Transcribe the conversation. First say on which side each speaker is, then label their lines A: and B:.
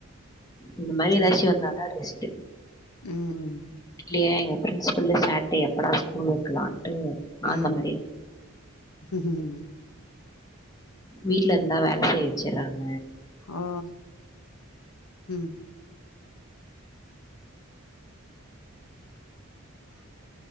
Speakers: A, on the left (about 15°); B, on the left (about 80°).
A: இந்த மாதிரி ஏதாச்சி
B: ம்
A: வந்தாதா ரெஸ்ட்டு
B: ம்
A: இல்லையா எங்க பிரின்சிபில்லு சாட்டர்டே எப்படா ஸ்கூல் வைக்கலான்ட்டு
B: ம்
A: ஆந்த மாதிரி <inaudible>
B: ம்
A: வீட்ல இருந்தா வேல செய்ய வெச்சறாங்க
B: ஆ ம்